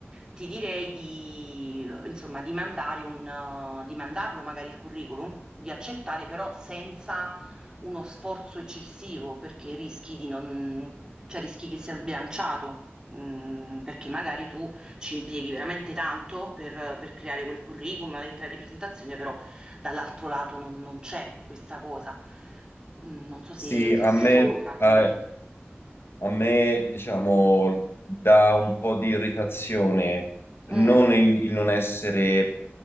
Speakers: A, on the right; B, on the left.
A: ti direi di, eh, insomma, di mandare un, eh, di mandarlo magari il curriculum, di accettare però senza uno sforzo eccessivo perché rischi di non, cioè rischi che sia sbilanciato, mm, perché magari tu ci impieghi veramente tanto per, per creare quel curriculum, la lettera di presentazione, però dall'altro lato non, non c'è questa cosa. Mm, Non so
B: Sì,
A: se,
B: a
A: se ti
B: me,
A: Sì. torna
B: eh,
A: come...
B: A me, diciamo, dà un po' di irritazione
A: Mm,
B: non il, il non essere